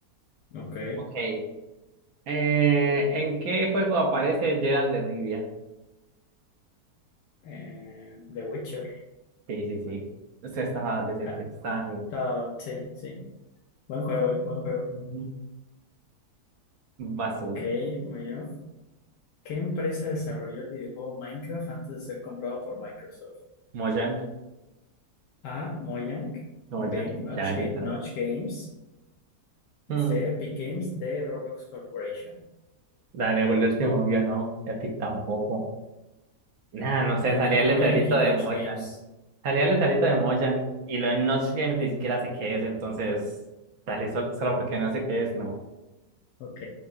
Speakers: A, on the left; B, on the right.
A: Ok.
B: Ok. Eh, ¿en qué juego aparece Gerald de Rivia?
A: Eh, The Witcher.
B: Sí, sí, sí. Usted estaba decente.
A: Ah,
B: Estaba bien.
A: ta- sí, sí. Buen juego, eh, buen juego.
B: Ujú. Basú.
A: Ok, muy bien. ¿Qué empresa desarrolló el videojuego Minecraft antes de ser comprado por Microsoft?
B: Mojang.
A: A. Mojang.
B: Mojang.
A: B. Notch,
B: Ya, listo.
A: Ga- Notch Games.
B: Mm,
A: C. Epic Games. D. Roblox Corporation.
B: Dale, por el último obvio, no. Epic tampoco. Nada, no sé.
A: Está entre
B: Salía
A: Mojang
B: el letrerito
A: y Notch
B: de Mojang.
A: Games.
B: Salía el letrerito de Mojang. Y lo en Notch Games ni siquiera sé qué es. Entonces, dale, sol- solo, porque no sé qué es, no.
A: Ok,